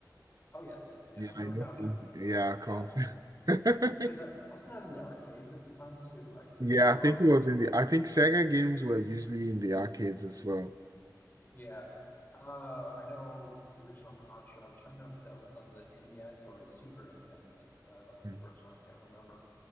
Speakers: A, on the left; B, on the right.
A: Oh yes. Yeah,
B: Yeah,
A: I remember
B: I know.
A: Contra.
B: Yeah, Contra.
A: Yeah. I'm
B: <laughs>
A: pretty sure that wasn't that in the arcades at the time too. I could
B: Yeah,
A: be wrong.
B: I think it was in the, I think Sega games were usually in the arcades as well.
A: Yeah. Uh, I know the original Contra. I'm trying to remember if that was on the NES or the Super NES is uh, or
B: Mm,
A: the first one. I can't remember.